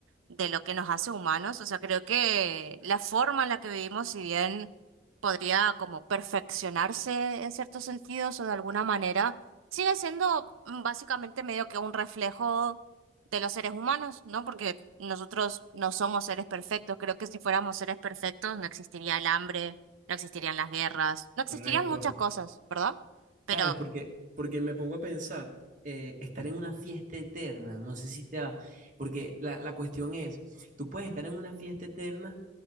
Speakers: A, on the right; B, on the right.
A: de lo que nos hace humanos. O sea, creo que la forma en la que vivimos, si bien podría como perfeccionarse en ciertos sentidos o de alguna manera, sigue siendo mm, básicamente medio que un reflejo de los seres humanos, ¿no? Porque nosotros no somos seres perfectos. Creo que si fuéramos seres perfectos no existiría el hambre, no existirían las guerras, no existirían
B: Correcto.
A: muchas cosas, ¿verdad? Pero
B: ¿Sabes? Porque, porque me pongo a pensar, eh, estar en una fiesta eterna, no sé si te va, porque la, la cuestión es, tú puedes estar en una fiesta eterna,